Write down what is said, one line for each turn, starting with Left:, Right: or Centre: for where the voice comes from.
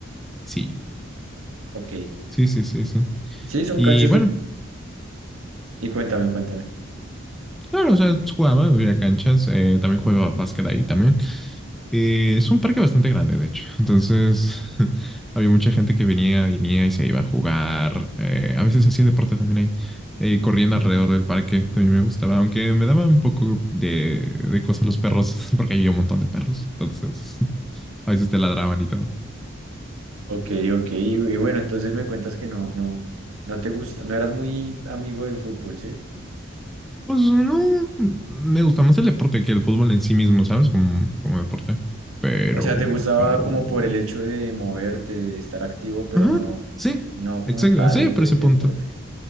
Centre: Sí,
Right: Ok.
Centre: sí, sí, sí, sí.
Right: Sí, son
Centre: Y
Right: canchas
Centre: bueno,
Right: de... Y cuéntame, cuéntame.
Centre: claro, o sea, pues, jugaba, había canchas, eh, también jugaba básquet ahí también. Eh, es un parque bastante grande, de hecho. Entonces, <laughs> había mucha gente que venía, venía y se iba a jugar. Eh, a veces hacía deporte también ahí, eh, corriendo alrededor del parque. A mí me gustaba, aunque me daba un poco de, de cosas los perros, <laughs> porque había un montón de perros. Entonces, <laughs> a veces te ladraban y todo.
Right: Ok, ok. Y, y bueno, entonces me cuentas que no, no, no te gusta, no eras muy amigo del fútbol, ¿sí?
Centre: Pues no, me gusta más el deporte que el fútbol en sí mismo, ¿sabes? Como, como deporte. Pero,
Right: O sea, te gustaba
Centre: pero...
Right: como por el hecho de moverte, de estar activo, pero
Centre: Ajá,
Right: no,
Centre: sí,
Right: no como
Centre: exacto,
Right: tal
Centre: sí, por
Right: el
Centre: ese punto.
Right: deporte.